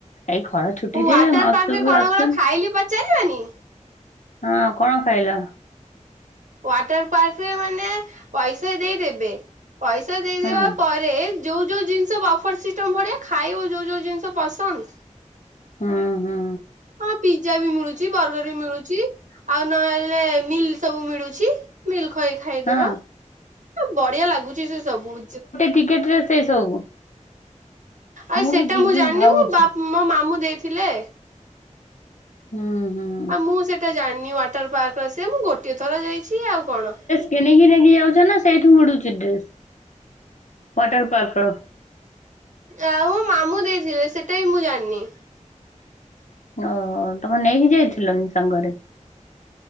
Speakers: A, on the left; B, on the right.
A: ଏଇ ଖରା ଛୁଟିରେ
B: ୱାଟର
A: ମାଉସୀ
B: ପାର୍କ
A: ସବୁ
B: ରେ କଣ
A: ଆସେ।
B: କଣ ଖାଇଲି ପଚାରିବନି
A: ହଁ କଣ ଖାଇଲ?
B: ୱାଟର ପାର୍କ ରେ ମାନେ ପଇସା ଦେଇଦେବେ ପଇସା ଦେଇଦବା
A: ହୁଁ
B: ପରେ ରେ ଯୋଉ ଯୋଉ ଜିନଷ ବଫର ସିଷ୍ଟମ ପଡେ ଖାଇବ ଯୋଉ ଯୋଉ ଜିନିଷ ପସନ୍ଦ।
A: ହଁ ହଁ।
B: ହଁ ପିଜା ବି ମିଳୁଛି ବର୍ଗର ବି ମିଳୁଛି ଆଉ ନହେଲେ ମିଲ୍ ସବୁ ମିଳୁଛି। ମିଲ୍ ଖରି ଖାଇଦବ
A: ହଁ।
B: ଏ ବଢିଆ ଲାଗୁଛି ସେ ସବୁ
A: ଟିକେଟରେ ସେଇ ସବୁ।
B: ଆଉ ସେଇଟା
A: ବି ଯିବି
B: ମୁଁ ଜାଣନି
A: ଭାବୁଛି।
B: ମୁଁ ବା ମୋ ମାମୁଁ ଦେଇଥିଲେ।
A: ହୁଁ ହୁଁ।
B: ଆଉ ମୁଁ ସେଇଟା ଜାଣିନି ୱାଟର ପାର୍କର ସେ ମୁଁ ଗୋଟିଏ ଥର ଯାଇଛି ଆଉ କଣ।
A: କେ ନେଇିକି ନେଇକି ଯାଉଛ ନା ସେଇଠୁ ମିଡୁଛି ଡ୍ରେସ୍ ୱାଟର ପାର୍କ ର।
B: ଆ ମୋ ମାମୁଁ ଦେଇଥିଲେ ସେଇଟା ବି ମୁଁ ଜାଣିନି।
A: ଓହୋ ତମେ ନେଇକି ଯାଇଥିଲନି ସାଙ୍ଗରେ?